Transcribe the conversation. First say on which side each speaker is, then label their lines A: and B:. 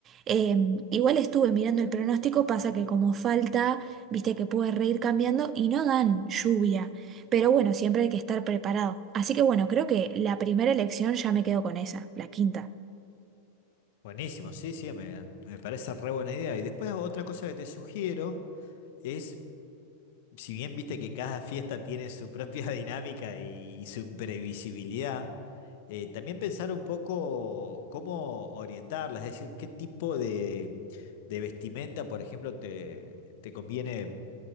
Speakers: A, on the right; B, on the left.
A: Eh, igual estuve mirando el pronóstico, pasa que como falta, viste que puede reír cambiando y no dan lluvia, pero bueno, siempre hay que estar preparado. Así que bueno, creo que la primera elección ya me quedo con esa, la quinta.
B: Buenísimo, sí, sí, me, me parece re buena idea. Y después otra cosa que te sugiero es si bien viste que cada fiesta tiene su propia <laughs> dinámica y, y su imprevisibilidad, eh, también pensar un poco cómo orientarla, es decir, qué tipo de, de vestimenta, por ejemplo, te, te conviene